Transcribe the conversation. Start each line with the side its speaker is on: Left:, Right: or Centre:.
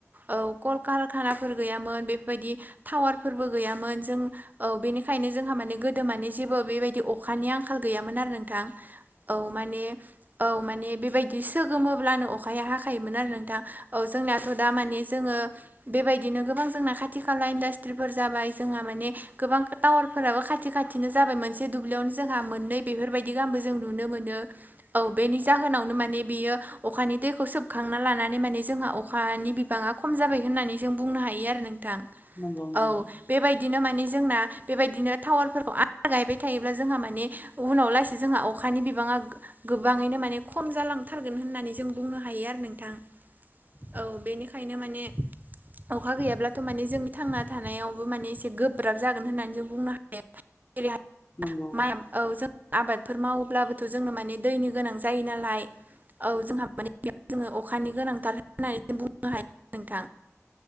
Right: औ कलकारखानाफोर गैयामोन बेफोरबायदि टावारफोरबो गैयामोन जों औ बेनिखायनो जोंहा माने गोदो माने जेबो बेबायदि अखानि आंखाल गैयामोन आरो नों थां औ माने औ माने बेबायदि सोगोमोब्लानो अखाया हाखायोमोन आरो नोंथां। औ जोंनाथ दा माने जोङो बेबायदिनो गोबां जोंना खाथि खाला इन्डास्ट्रिफोर जाबाय जोंहा माने गोबां टावार फोराबो खाथि खाथिनो जाबाय मोनसे दुब्लियावनो जोंहा मोननै बेफोरबायदि गाहामबो जों नुनो मोनो। औ बेनि जाहोनावनो माने बियो अखानि दैखौ सोबखांना लाना नि माने जोंहा अखानि बिबांआ खम जाबाय होननानै जों बुंनो हायो आरो नोंथां
Left: नंगौ नंगौ नंगौ
Right: औ। बेबायदिनो माने जोंना बेबायदिनो टावारफोरखौ आ गायबाय थायोब्ला जोंहा माने उनाव लासै जोंहा अखानि बिबाङा गोबाङैनो माने खम जालांथारगोन होननानै जों बुंनो हायो आरो नोंथां। औ बेनिखायनो माने अखा गैयाब्लाथ माने जोंनि थांना थानायावबो माने एसे गोब्राब जागोन होननानै जों बुंनो हायो।
Left: नंगौ
Right: <unintelligible> औ जों आबादफोर मावोब्लाबोथ जोंनो माने दैनि गोनां जायो नालाय। औ जोंहा माने बेयाव जोङो अखानि गोनांथार होननानै जों बुंनो हायो नोंथां।